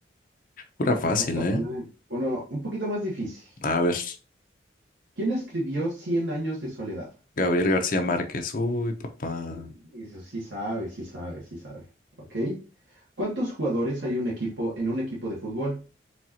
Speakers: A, on the left; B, on the right.
A: Pura fácil,
B: O sea,
A: ¿eh?
B: poner uno un poquito más difícil.
A: A ver.
B: ¿Quién escribió Cien años de soledad?
A: Gabriel García Márquez. Uy, papá.
B: Y eso sí sabe, sí sabe, sí sabe. ¿Ok? ¿Cuántos jugadores hay un equipo en un equipo de fútbol?